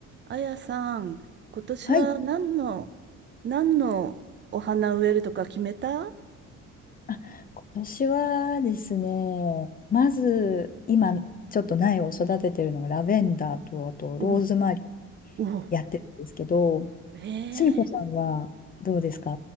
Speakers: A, on the right; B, on the left.
A: あやさん、今年は何の、
B: はい。
A: 何のお花植えるとか決めた
B: あ、今年はですね、まず今ちょっと苗を育ててるのがラベンダーとあとローズマリー
A: おお、
B: やってるんですけど、
A: ええ
B: すみこさんはどうですか